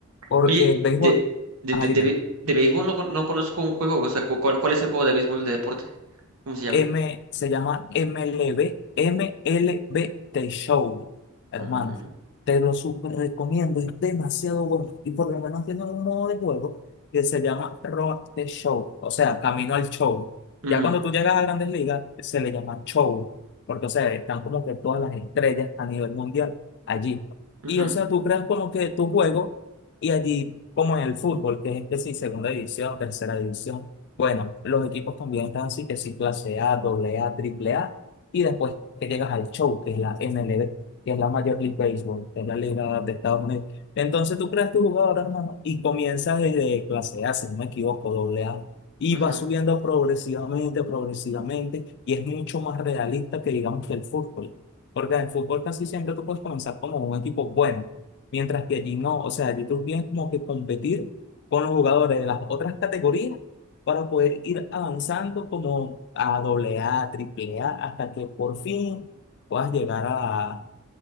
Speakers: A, on the left; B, on the right.
A: Porque
B: Oye,
A: el béisbol,
B: de, de,
A: ajá,
B: de,
A: dime,
B: de, be- de béisbol no, con- no conozco un juego, o sea, cu- ¿cuál, cuál es el juego de béisbol de deporte? ¿Cómo se llama?
A: M, se llama MLB, MLB Show, hermano.
B: Ah,
A: Te lo súper recomiendo, es demasiado bueno. Y por lo menos tiene un modo de juego que se llama Road to Show, o sea, camino al show.
B: ujú,
A: Ya cuando tú llegas a Grandes Ligas, se le llama show, porque, o sea, están como que todas las estrellas a nivel mundial allí.
B: ujú,
A: Y, o sea, tú creas como que tu juego y allí, como en el fútbol, que es este sí, segunda división, tercera división Bueno, los equipos también están así, que sí, clase A, doble A, triple A, y después que llegas al show, que es la M L B que es la Major League Baseball, que es la liga de Estados Unidos. Entonces tú creas tu jugador, hermano, y comienzas desde clase A, si no me equivoco, doble A, y
B: ujú.
A: vas subiendo progresivamente, progresivamente, y es mucho más realista que digamos que el fútbol, porque en el fútbol casi siempre tú puedes comenzar como un equipo bueno, mientras que allí no, o sea, allí tú vienes como que competir con los jugadores de las otras categorías para poder ir avanzando como a doble A, triple A, hasta que por fin puedas llegar a,